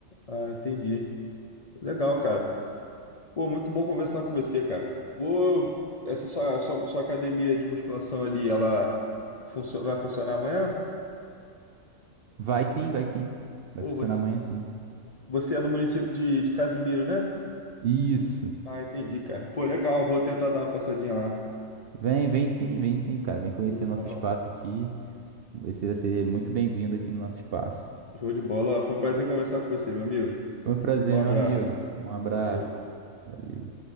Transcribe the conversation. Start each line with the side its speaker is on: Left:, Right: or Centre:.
Left: Ah, entendi. Legal, cara. Pô, muito bom conversar com você, cara. Pô, essa sua, sua, sua academia de musculação ali, ela funcio- vai funcionar amanhã?
Right: Vai sim, vai sim. Vai
Left: Pô,
Right: funcionar
Left: vou ter...
Right: amanhã sim.
Left: Você é do município de, de Casimiro, né?
Right: Isso.
Left: Ah, entendi, cara. Pô, legal. Vou tentar dar uma passadinha lá.
Right: Vem, vem sim, vem sim, cara. Vem conhecer
Left: Show de bola.
Right: nosso espaço aqui. Você vai ser muito bem-vindo aqui no nosso espaço.
Left: Show de bola. Ó, Foi um prazer conversar com você, meu amigo.
Right: Foi um prazer,
Left: Um abraço.
Right: meu amigo. Um abraço.
Left: Valeu.
Right: Valeu.